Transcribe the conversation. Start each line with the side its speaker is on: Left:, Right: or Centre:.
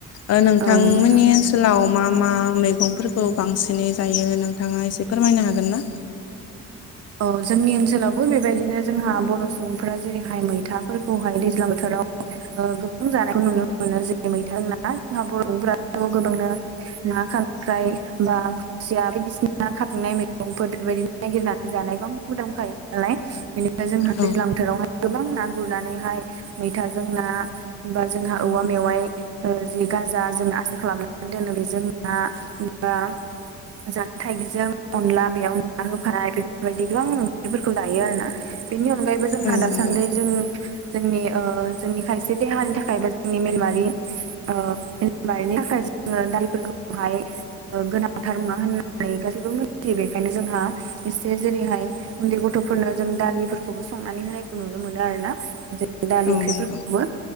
Left: ओ नोंथांमोननि
Right: औ नंगौ नोंथां
Left: ओनसोलाव मा मा मैगंफोरखौ बांसिनै जायो नोंथाङा एसे फोरमायनो हागोन ना?
Right: औ जोंनि ओनसोलावबो बेबायदिनो जोंहा बर' सुबुंफोरा जेरैहाय मैथाफोरखौहाय दैज्लां बोथोराव ओ गोबां जानायखौ नुनो मोनो जेरै मैथाजों ना जोंहा बर'फोरा गोबांनो ना खांख्राय बा खुसिया बायदिसिना मैगंफोर बेफोरबायदिनो नायगिरना जानायबो हुदाबो दंखायो नालाय बेनिफ्राय जोंहा
Left: औ
Right: दैज्लां बोथोरावहाय गोबां ना गुरनानैहाय मैथाजों ना बा जोंहा औवा मेवाइ ओ जि गाजा जों आसार खालामनानै दोनो बे जोंहा बा जोंहा थाइगिजों अनला बेयाव ना होफानाय बे बेबायदि गोबां ओंख्रिफोरखौ जायो आरो ना बेनि अनगायैबो जोंहा
Left: औ
Right: दासान्दि
Left: नंगौ
Right: जों जोंनि ओ जोंनि खायसे देहानि थाखाय बा जोंनि मेलमारि ओ बारिनि थाखाय जोङो दालिफोरखौहाय ओ गोनांथार मुवा होननानै गासैबो मिनथियो बेखायनो जोंहा एसे जेरैहाय उन्दै गथ'फोरनो जों दालिफोरखौबो संनानै होनायखौ नुनो मोनो आरो ना जे दालि
Left: औ
Right: ओंख्रिफोरखौबो
Left: नंगौ